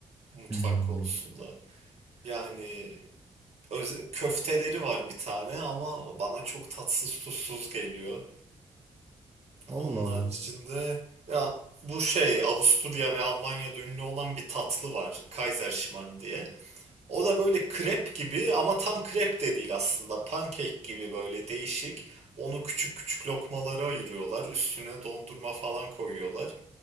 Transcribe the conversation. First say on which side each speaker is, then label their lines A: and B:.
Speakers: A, on the right (about 55°); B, on the right (about 20°).
A: mutfak
B: Hmm.
A: konusunda. Yani öz- köfteleri var bir tane ama bana çok tatsız tuzsuz geliyor.
B: Allah
A: Onun
B: Allah.
A: içinde ya bu şey Avusturya ve Almanya'da ünlü olan bir tatlı var. Kaiserschmarrn diye. O da böyle krep gibi ama tam krep de değil aslında. Pankek gibi böyle değişik. Onu küçük küçük lokmalara ayırıyorlar. Üstüne dondurma falan koyuyorlar.